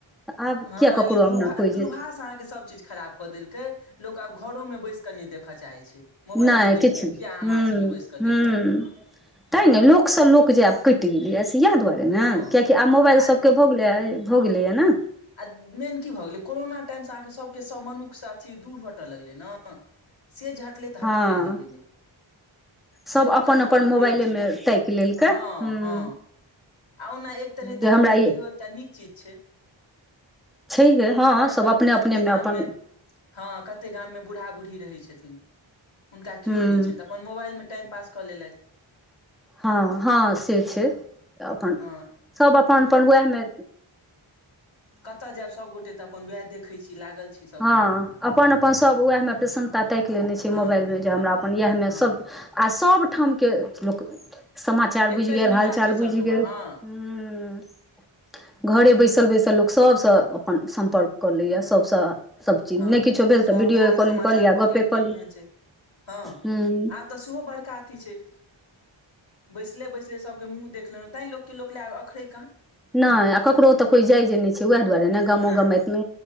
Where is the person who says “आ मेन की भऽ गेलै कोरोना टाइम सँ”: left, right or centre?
Left